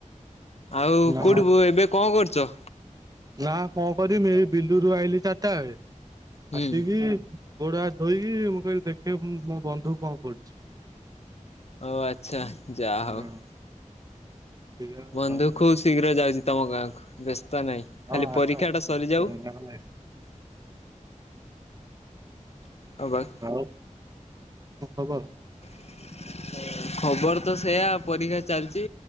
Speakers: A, on the left; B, on the right.
A: ଆଉ
B: ନା
A: କୋଉଠି? ଏବେ କଣ କରୁଚ?
B: ନା କଣ କରବି ଏଇ ବିଲୁରୁ ଆଇଲି ଚାରିଟା ବେଳେ
A: ହୁଁ।
B: ଆସିକି ଗୋଡହାତ ଧୋଇକି ମୁଁ କହିଲି ଦେଖେ ମୋ ବନ୍ଧୁ କଣ କରୁଚି?
A: ଓ ଆଚ୍ଛା, ଯା ହଉ।
B: ହଁ ଏଇଆ
A: ବନ୍ଧୁ
B: ଆଉ
A: ଖୁବ୍ ଶୀଘ୍ର ଯାଉଚି ତମ ଗାଁକୁ ବ୍ୟସ୍ତ ନାହିଁ
B: ହଁ
A: ଖାଲି
B: ଆସ
A: ପରୀକ୍ଷାଟା
B: ଆସ
A: ସରିଯାଉ
B: <unintelligible>
A: <unintelligible>
B: ଆଉ <unintelligible> କଣ ଖବର?
A: <unintelligible> ଖବର ତ ସେଇୟା ପରୀକ୍ଷା ଚାଲିଚି